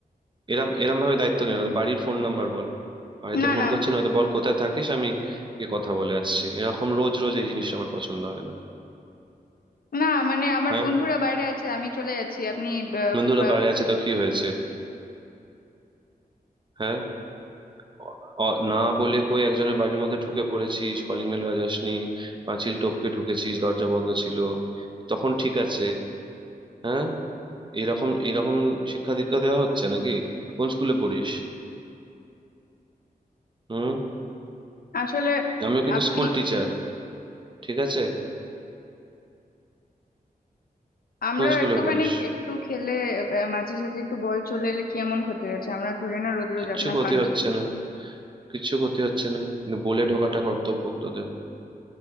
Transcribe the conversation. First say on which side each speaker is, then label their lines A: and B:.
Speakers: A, on the right; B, on the left.
A: এরম এরম ভাবে দায়িত্ব নিল না। বাড়ির ফোন নাম্বার বল বাড়িতে
B: না
A: ফোন
B: না
A: করছি না হয়তো বল কোথায় থাকিস আমি গিয়ে কথা বলে আসছি এরকম রোজ রোজ এই জিনিসটা আমার পছন্দ হয় না
B: না মানে আমার
A: হ্যাঁ
B: বন্ধুরা বাইরে আছে আমি চলে যাচ্ছি আপনি আহ,
A: বন্ধুরা
B: আহ,
A: বাইরে আছে তো কি হয়েছে হ্যাঁ অ- অ- না বলে কই একজনের বাড়ির মধ্যে ঢুকে পড়েছিস কলিং বেল বাজাসনি পাঁচিল টপকে ঢুকেছিস দরজা বন্ধ ছিল তখন ঠিক আছে হ্যাঁ এরকম এরকম শিক্ষা দীক্ষা দেওয়া হচ্ছে নাকি কোন স্কুলে পড়িস হুম
B: আসলে
A: আমিও কিন্তু
B: আপনি
A: স্কুল টিচার ঠিক আছে
B: আমরা
A: কোন স্কুলে
B: একটুখানি
A: পড়িস
B: একটু খেলে আহ, মাঝে সাঝে একটু বল চলে এলে কি এমন ক্ষতি হয়েছে আমরা ধরি না রোজ রোজ
A: কিচ্ছু
B: আপনার
A: ক্ষতি
B: কান
A: হচ্ছে না কিছু ক্ষতি হচ্ছে না কিন্তু বলে ঢোকাটা কর্তব্য তোদের